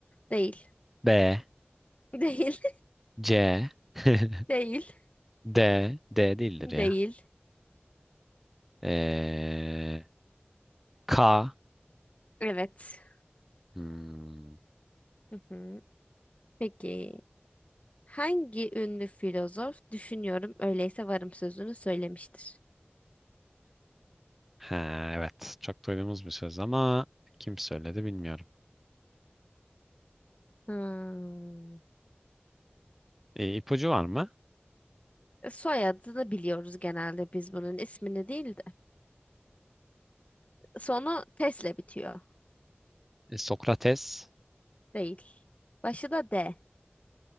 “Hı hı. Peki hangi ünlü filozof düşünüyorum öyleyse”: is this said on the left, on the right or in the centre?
Left